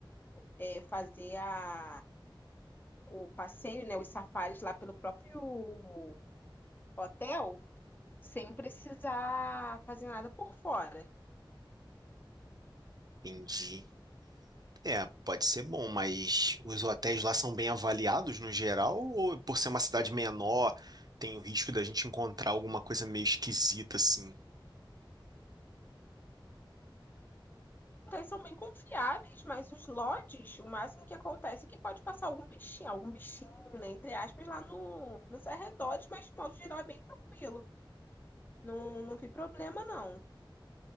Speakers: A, on the left (about 25°); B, on the right (about 50°).
A: é, fazer a, o passeio, né, os safaris lá pelo próprio hotel, sem precisar fazer nada por fora.
B: Entendi. É, pode ser bom, mas os hotéis lá são bem avaliados no geral, ou por ser uma cidade menor, tem o risco da gente encontrar alguma coisa meio esquisita assim?
A: hotéis são bem confiáveis, mas os lodges, o máximo que acontece é que pode passar algum bichinho, algum bichinho, né, entre aspas, lá no, nos arredores, mas de modo geral é bem tranquilo. Não, não vi problema, não.